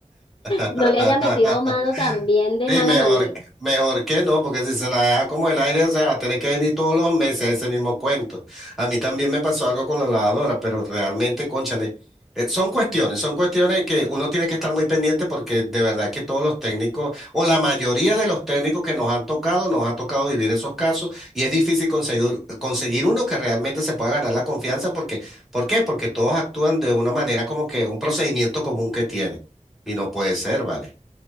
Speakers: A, in the centre; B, on the left.
A: <laughs>
B: no le haya metido mano también de
A: Sí,
B: mala
A: mejor,
B: manera.
A: que- mejor que no, porque si se la deja como el aire, o sea, va a tener que venir todos los meses ese mismo cuento. A mí también me pasó algo con la lavadora, pero realmente, cónchale, eh, son cuestiones, son cuestiones que uno tiene que estar muy pendiente porque de verdad que todos los técnicos, o la mayoría de los técnicos que nos han tocado, nos ha tocado vivir esos casos y es difícil conseguir, conseguir uno que realmente se pueda ganar la confianza porque, ¿por qué? Porque todos actúan de una manera como que un procedimiento común que tienen y no puede ser, ¿vale?